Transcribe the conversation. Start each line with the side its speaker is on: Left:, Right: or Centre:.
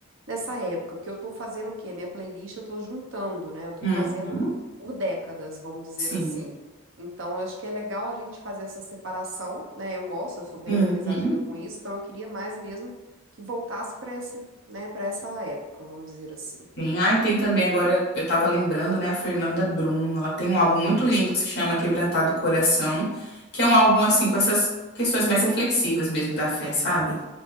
Right: nessa época, porque eu tô fazendo o quê? Minha playlist eu tô juntando, né? Eu tô
Left: uhum,
Right: fazendo por décadas, vamos dizer
Left: sim.
Right: assim. Então, eu acho que é legal a gente fazer essa separação, né? Eu gosto, eu sou bem
Left: Uhum.
Right: organizadinha com isso, então eu queria mais mesmo que voltasse para esse, né, para essa época, vamos dizer assim.
Left: Tem, ah, e tem também agora, eu tava lembrando, né, a Fernanda Brum. Ela tem um álbum muito lindo que se chama Quebrantado Coração, que é um álbum assim com essas questões mais reflexivas mesmo da fé, sabe?